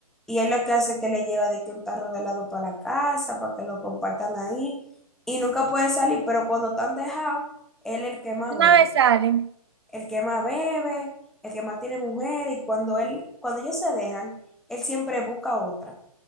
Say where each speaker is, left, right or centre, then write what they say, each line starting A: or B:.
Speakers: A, in the centre; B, on the right (about 45°).
A: Y él lo que hace es que le lleva de que un tarro de helado para la casa, para que lo compartan ahí. Y nunca puede salir, pero cuando están dejados, él es el que más
B: Una
A: bebe.
B: vez salen.
A: El que más bebe, el que más tiene mujer. Y cuando él, cuando ellos se dejan, él siempre busca otra.